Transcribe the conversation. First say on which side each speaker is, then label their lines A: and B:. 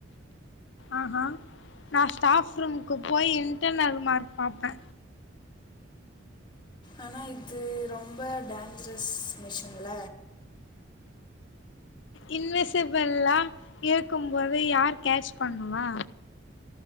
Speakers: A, on the left; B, on the left.
A: ஆஹா நா ஸ்டாஃப் ரூம்க்கு போய் இன்டர்னல் மார்க் பாப்பே
B: ஆனா இது ரொம்ப டேஞ்சரஸ் மிஷின்ல
A: இன்விசிபில்லா இருக்கும்போது யார் கேச் பண்ணுவா